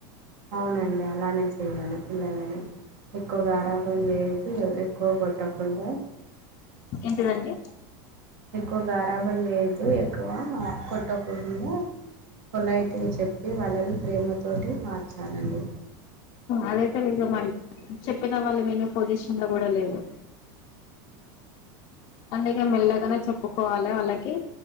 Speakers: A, on the right (about 50°); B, on the left (about 35°).
A: అవునండి అలానే చెయ్యాలి పిల్లలని. ఎక్కువ గారాభం చేసి, ఎక్కువ కొట్టకుండా
B: ఏంటిదండి
A: ఎక్కువ గారాబం చేసి ఎక్కువ కొట్టకూడదు పొలైట్ గా చెప్ పి వాళ్ళను ప్రేమతోటి మార్చానండి
B: అదైతే నిజం అండి చెప్పిన వాళ్ళు వినే పొజిషన్ లో గూడ లేదు అందుకే మెల్లగనే చెప్పుకోవాలి ఆళ్ళకి